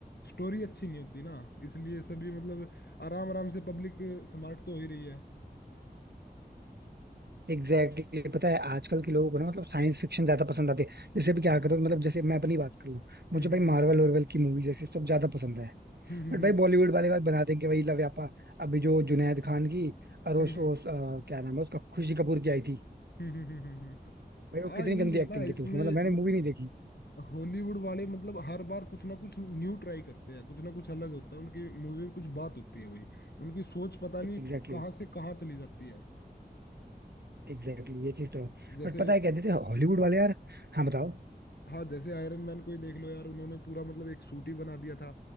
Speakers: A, on the left; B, on the right.
A: स्टोरी अच्छी नहीं होती ना इसलिए सभी मतलब आराम आराम से पब्लिक स्मार्ट तो हो ही रही है
B: Exactly exactly. पता है आजकल के लोगों को ना मतलब साइंस फिक्शन ज्यादा पसंद आती है जैसे भी क्या
A: हम्म
B: करो मतलब जैसे मैं अपनी बात करूँ
A: हम्म
B: मुझे भाई
A: हम्म
B: मार्वल वार्वल की मूवीज ऐसे सब ज्यादा पसंद है
A: हम्म
B: बट
A: हम्म
B: भाई बॉलीवुड वाले भाई बना देंगे वही लव यापा अभी जो जुनैद खान की और उस,
A: हम्म हम्म
B: उस अ, क्या नाम है उसका खुशी कपूर की आई थी
A: हम्म, हम्म, हम्म, हम्म, हम्म, हम्म। हम्म।
B: भाई वो
A: हाँ
B: कितनी
A: यही
B: गंदी
A: है
B: एक्टिंग
A: ना
B: की
A: इसमें
B: थी उसमें मतलब मैंने
A: मतलब
B: मूवी नहीं देखी
A: हॉलीवुड वाले मतलब हर बार कुछ ना कुछ न्यू ट्राई करते हैं कुछ ना कुछ अलग होता है उनकी मूवी में कुछ बात होती है भाई उनकी सोच पता नहीं
B: एग्जैक्टली
A: कहाँ से कहाँ चली जाती है
B: एग्जैक्टली ये चीज तो है
A: जैसे
B: बट पता है कहते थे हॉलीवुड वाले यार हाँ बताओ
A: हाँ जैसे आयरन मैन को ही देख लो यार उन्होंने पूरा मतलब एक सूट ही बना दिया था